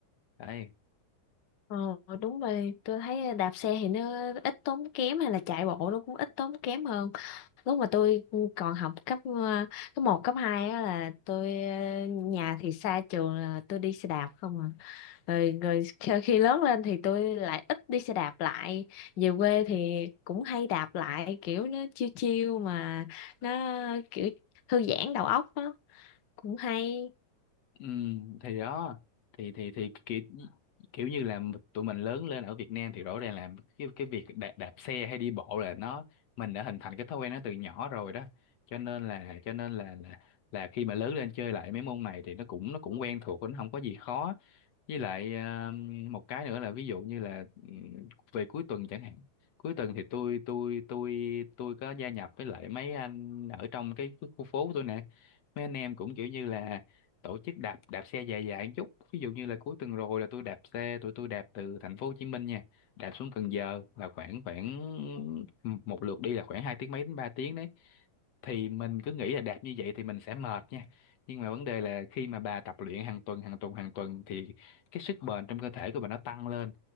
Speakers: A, on the left; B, on the left.
A: đấy
B: Ờ đúng rồi, tôi thấy đạp xe thì nó ít tốn kém hay là chạy bộ nó cũng ít tốn kém hơn. lúc mà tôi còn học cấp ờ, cấp một cấp 2 á là tôi ờ, nhà thì xa trường là tôi đi xe đạp không à rồi, rồi khi khi lớn lên thì tôi lại ít đi xe đạp lại về quê thì cũng hay đạp lại kiểu nó chiêu chiêu mà nó kiểu thư giãn đầu óc á cũng hay
A: Ừ, thì đó thì thì thì kiểu kiểu như là tụi mình lớn lên ở Việt Nam thì rõ ràng là cái cái việc đạp, đạp xe hay đi bộ là nó mình đã hình thành cái thói quen nó từ nhỏ rồi đó cho nên là cho nên là là, là khi mà lớn lên chơi lại mấy môn này thì nó cũng nó cũng quen thuộc nó không có gì khó với lại ờ, một cái nữa là ví dụ như là ừ, về cuối tuần chẳng hạn cuối tuần thì tôi tôi tôi tôi có gia nhập với lại mấy anh ở trong cái khu phố tôi nè mấy anh em cũng kiểu như là tổ chức đạp đạp xe dài dài một chút ví dụ như là cuối tuần rồi là tôi đạp xe tụi tôi đạp từ thành phố Hồ Chí Minh nha đạp xuống Cần Giờ là khoảng khoảng một lượt đi là khoảng hai tiếng mấy đến 3 tiếng đấy thì mình cứ nghĩ là đạp như vậy thì mình sẽ mệt nha nhưng mà vấn đề là khi mà bà tập luyện hàng tuần hàng tuần hàng tuần thì cái sức bền trong cơ thể của bà nó tăng lên